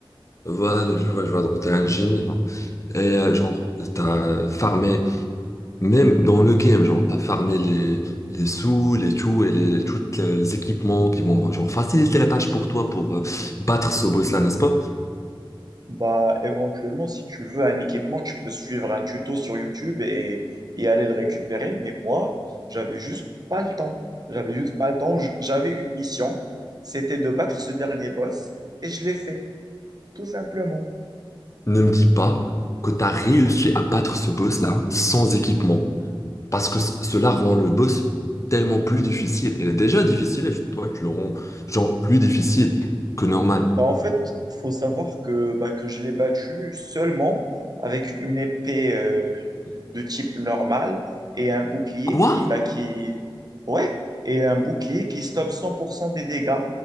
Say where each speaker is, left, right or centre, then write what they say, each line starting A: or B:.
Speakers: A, on the left (about 35°); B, on the right (about 50°).
A: Voilà, je vois, je vois. Donc, t'es un génie, non? Et euh, genre, t'as farmé, même dans le game, genre, t'as farmé les, les sous, les tout et les, tous les équipements qui vont, genre, faciliter la tâche pour toi pour euh, battre ce boss-là, n'est-ce pas?
B: Bah, éventuellement, si tu veux un équipement, tu peux suivre un tuto sur YouTube et, et aller le récupérer. Mais moi, j'avais juste pas le temps. J'avais juste pas le temps. J- J'avais une mission, c'était de battre ce dernier boss et je l'ai fait, tout simplement.
A: Ne me dis pas que t'as réussi à battre ce boss-là sans équipement. Parce que c- cela rend le boss tellement plus difficile. Il est déjà difficile et toi, tu le rends genre plus difficile que normal.
B: Bah, en fait, il faut savoir que, bah, que je l'ai battu seulement avec une épée euh, de type normal et un bouclier
A: Quoi?
B: qui, bah, qui... Ouais, et un bouclier qui stoppe 100% des dégâts